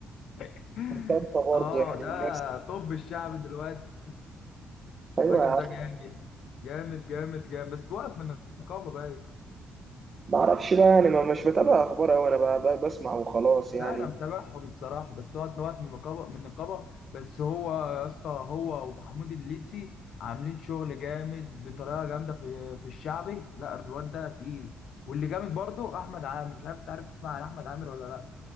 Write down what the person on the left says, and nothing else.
<laughs>
اه
ده
طب الشعب دلوقتي
الراجل
ده جامد جامد جامد جامد بس توقف من النقابه باين
ده انا متابعهم الصراحه بس هو اتنوعت من النقابه من النقابه بس هو يا اسطى هو ومحمود الليثي عاملين شغل جامد بطريقه جامده في في الشعبي لا الواد ده تقيل واللي جامد برضه احمد عامر مش عارف انت عارف تسمع عن احمد عامر ولا لا